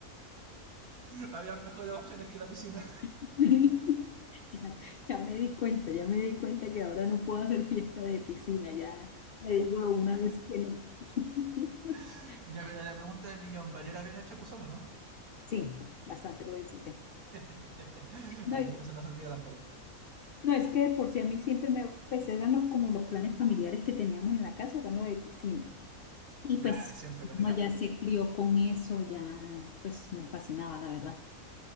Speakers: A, on the right (about 75°); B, on the left (about 65°).
A: Había mejores opciones que la piscina.
B: <laughs> Ya, ya me di cuenta, ya me di cuenta que ahora no puedo hacer fiesta de piscina, ya le digo una vez que no. <laughs>
A: <laughs> ya, pero la pregunta del millón, ¿valió la pena Chapuzón o no?
B: Sí, bastante lo disfruté.
A: <laughs>
B: No,
A: Al
B: y-
A: menos se nos olvida tampoco.
B: no, es que de por si a mí siempre me, pues eran los, como los planes familiares que teníamos en la casa, eran los de piscina. Y
A: Ya,
B: pues
A: siempre con el
B: uno
A: agua.
B: ya se crió con eso, ya pues me fascinaba, la verdad.